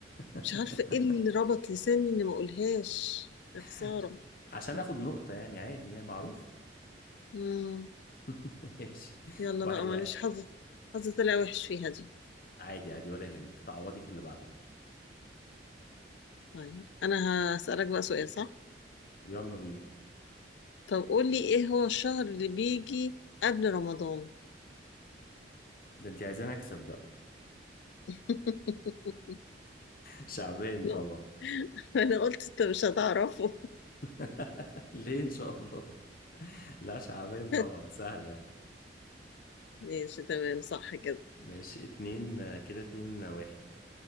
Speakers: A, on the left (about 50°); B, on the left (about 70°).
A: <laughs>
B: مش عارفة ايه اللي ربط لساني اني ما اقولهاش يا خسارة
A: عشان عشان اخد نقطة يعني عادي يعني معروف
B: مم.
A: <laughs> ماشي
B: يلا
A: واحد
B: بقى
A: واحد
B: معلش حظ حظ طلع وحش فيها دي
A: عادي عادي ولا يهمك تعوضي في اللي بعدها
B: طيب انا هسألك بقى سؤال صح
A: يلا بينا
B: طب قول لي ايه هو الشهر اللي بيجي قبل رمضان
A: ده انت عايزاني اكسب بقى
B: <laughs>
A: <laughs> شعبين
B: لا
A: طبعا
B: انا قلت انت مش هتعرفه
A: <laughs> ليه ان شاء الله لا شعبين طبعا
B: <laughs>
A: سهلة
B: ماشي تمام صح كده
A: ماشي اتنين آه، كده اتنين آه، واحد